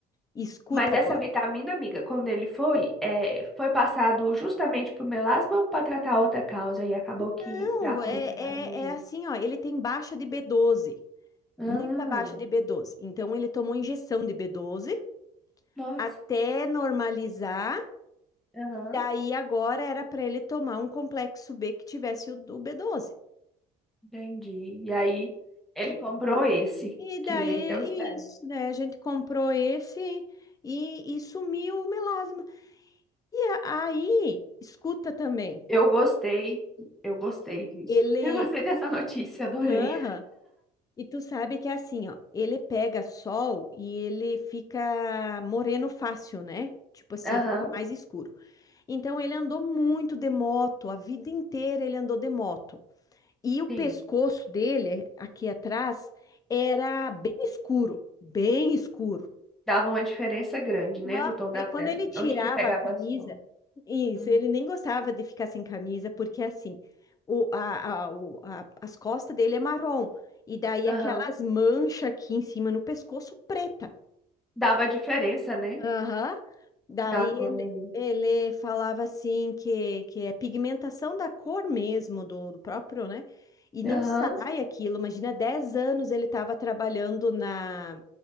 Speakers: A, on the left (about 20°); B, in the centre.
A: Escuta
B: Mas essa
A: agora.
B: vitamina, amiga, quando ele foi, é, foi passado justamente pro melasma ou para tratar outra causa? E acabou que
A: Não,
B: tratou
A: é,
B: o melasma
A: é,
B: junto.
A: é assim, ó, ele tem baixa de b doze,
B: Ah,
A: muita baixa de b doze. Então ele tomou injeção de b doze
B: Nossa,
A: até normalizar.
B: aham.
A: Daí agora era para ele tomar um complexo B que tivesse o, o b doze.
B: entendi. E aí, ele
A: E-
B: comprou esse,
A: E
B: que
A: daí,
B: aí
A: é
B: deu certo.
A: isso, né? A gente comprou esse e, e sumiu o melasma. E a- aí, escuta também,
B: Eu gostei, eu gostei disso.
A: ele.
B: Eu gostei dessa notícia, adorei.
A: Aham. E tu sabe que é assim, ó, ele pega sol e ele fica moreno fácil, né? Tipo assim,
B: Aham.
A: fica mais escuro. Então ele andou muito de moto, a vida inteira ele andou de moto. E o pescoço
B: Sim.
A: dele, aqui atrás, era bem escuro, bem escuro.
B: Dava uma diferença grande, né,
A: Aham.
B: do tom
A: Aí
B: da
A: quando
B: pele.
A: ele tirava
B: Onde que pegava
A: a camisa,
B: sol?
A: isso,
B: Hum.
A: ele nem gostava de ficar sem camisa, porque assim, o, a, a- o- a- as costas dele é marrom, e daí
B: Aham.
A: aquelas manchas aqui em cima no pescoço preta.
B: Dava diferença, né,
A: Aham. Daí
B: da cor
A: ele,
B: ali.
A: ele falava assim que, que é pigmentação da cor mesmo, do, do próprio, né? E não
B: Aham,
A: sai aquilo. Imagina, 10 anos ele estava trabalhando na,